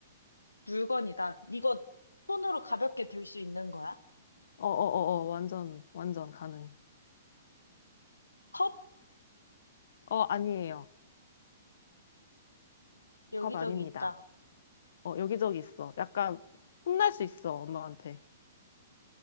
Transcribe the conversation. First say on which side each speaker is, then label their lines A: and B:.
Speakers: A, on the left; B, on the left.
A: 물건이다. 이거 손으로 가볍게 들 수 있는 거야?
B: 어, 어, 어, 어, 완전, 완전 가능.
A: 컵
B: 어, 아니에요.
A: 여기저기
B: 컵 아닙니다.
A: 있다.
B: 어, 여기저기 있어. 약간 혼날 수 있어, 엄마한테.